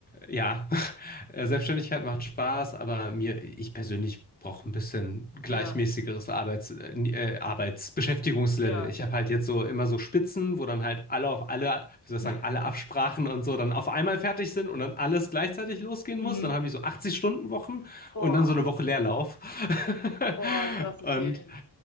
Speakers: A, on the left; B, on the left.
A: äh, ja, <laughs> äh, Selbstständigkeit macht Spaß, aber mir, ich persönlich brauche ein bisschen gleichmäßigeres
B: Ja,
A: Arbeits, äh, ni- äh, Arbeitsbeschäftigungslevel.
B: ja.
A: Ich habe halt jetzt so immer so Spitzen, wo dann halt alle auf alle, wie soll ich sagen,
B: <laughs>
A: alle Absprachen und so dann auf einmal fertig sind und dann alles gleichzeitig losgehen
B: Mhm.
A: muss. Dann habe ich so 80-Stunden-Wochen
B: Boah.
A: und dann so eine Woche Leerlauf. <laughs>
B: Boah, krass, okay.
A: Und